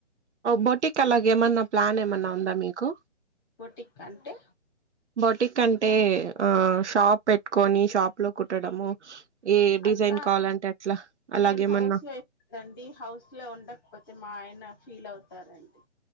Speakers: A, on the right; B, on the left.
A: బోటిక్ అలా ఏం అన్న ప్లాన్ ఏమన్నా ఉందా మీకు
B: బొటిక్ అంటే
A: బోటిక్ అంటే ఆ షాప్ పెట్టుకొని షాప్ లో కుట్టడము ఏ డిజైన్
B: అట్టా
A: కావాలంటే అట్లా అలాగేమన్నా
B: నేను హౌస్ వైఫ్ కదండి హౌస్ లో కాకపోతే మా ఆయన ఫీల్ అవుతారండి